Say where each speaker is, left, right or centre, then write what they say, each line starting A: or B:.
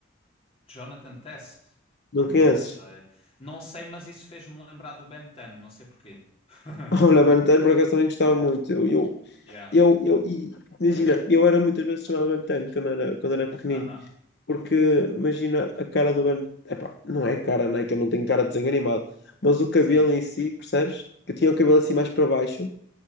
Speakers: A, on the left (about 30°); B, on the left (about 55°).
A: Jonathan Test?
B: Não
A: Não
B: conheces?
A: sei. Não sei, mas isso fez-me lembrar do Ben 10, não sei porquê. <laughs>
B: <laughs> Olha, Ben 10 por acaso também gostava muito. Eu, eu,
A: Yeah.
B: eu, eu e, imagina, eu era muitas vezes chamado Ben 10 quando era, quando era pequenino,
A: Aham.
B: porque imagina a cara do Ben. Epá, não é cara, né? Que eu não tenho cara de desenho animado, mas o cabelo
A: Sim.
B: em si, percebes? Que eu tinha o cabelo assim mais para baixo